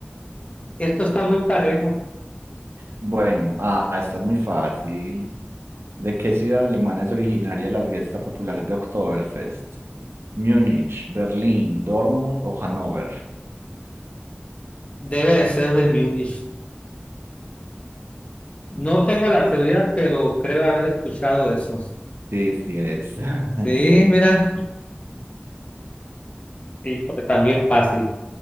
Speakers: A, on the left; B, on the right.
A: Esto está muy parejo.
B: bueno, ah, esta es muy fácil. ¿De qué ciudad alemana es originaria la fiesta popular de Oktoberfest? ¿Múnich, Berlín, Dortmund o Hannover?
A: Debe de ser de Múnich. No tengo la seguridad, pero creo haber escuchado eso.
B: Sí, sí es. <laughs>
A: Sí, mira, y también fácil.